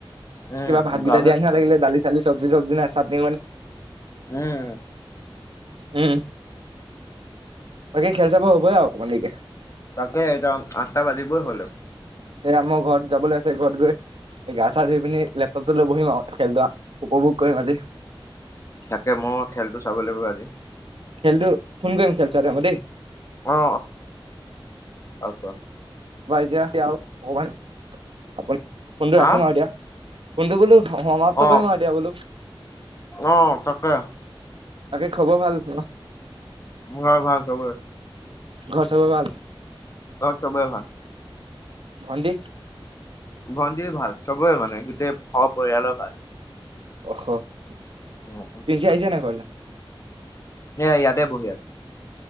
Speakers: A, on the left; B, on the right.
A: উম
B: কিবা ভাতগেইটা
A: গাঁৱতে
B: দিয়া নিচিনা লাগিলে দালি। চালি চব্জি-চব্জি নাই চাটনি
A: উম,
B: উম, বাকী খেল চাব হবয়ে আৰু অকমান দেৰিকে।
A: তাকে <unintelligible> আঠটা বাজিবই হল দেখোন
B: <inaudible> এয়া মোৰ ঘৰত যাবলৈ আছে ঘৰত গৈ গা চা ধুই পিনি লেপটপ টো লৈ বহিম আৰু খেল ধৰা উপভোগ কৰিম আজি
A: তাকে মই খেলটো চাব লাগিব আজি
B: খেলটো ফোন কৰিম খেলছোৱা টাইমত দেই
A: অ অ
B: পৰা এতিয়া কি আৰু অকমান ফোনটো
A: হা
B: ৰাখিম আৰু এতিয়া ফোনটো বোলো সমাপ্ত
A: অ
B: কৰিম আৰু এতিয়া বোলো
A: অ তাকে
B: বাকী খবৰ ভাল ন
A: ভাল ভাল চবৰে
B: ঘৰৰ চবৰে ভাল
A: ঘৰত চবৰে ভাল
B: ভন্টি
A: ভন্টি ভাল চবেই মানে গোটেই ঘৰৰ পৰিয়ালৰ ভাল
B: অ <unintelligible>
A: উম এয়া ইয়াতে বহি আছো